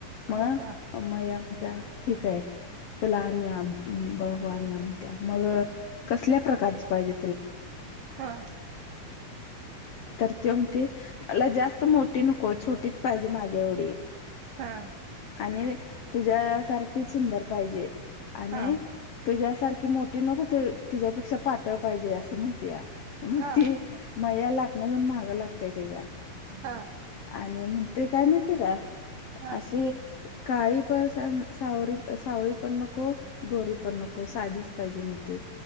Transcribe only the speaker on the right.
हो का
हा
हा.
हा
हा
हा
हा
हा